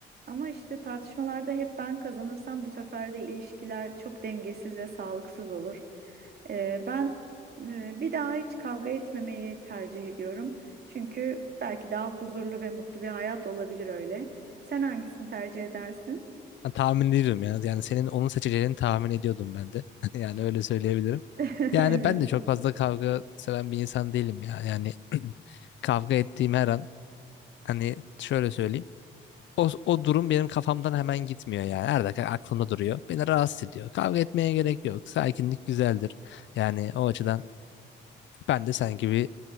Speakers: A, on the right; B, on the left.
A: Ama işte tartışmalarda hep ben kazanırsam bu sefer de ilişkiler çok dengesiz ve sağlıksız olur. Ee, ben ee, Bir daha hiç kavga etmemeyi tercih ediyorum. Çünkü belki daha huzurlu ve mutlu bir hayat olabilir öyle. Sen hangisini tercih edersin?
B: Ya, tahmin ediyorum ya. Yani senin onun seçeceğini tahmin ediyordum ben de. <laughs> Yani öyle söyleyebilirim.
A: <laughs>
B: Yani ben
A: Evet,
B: de çok fazla kavga seven bir insan değilim ya. Yani <clears throat> kavga ettiğim her an hani şöyle söyleyeyim. O, o durum benim kafamdan hemen gitmiyor yani. Her dakika aklımda duruyor. Beni rahatsız ediyor. Kavga etmeye gerek yok. Sakinlik güzeldir. Yani o açıdan ben de sen gibi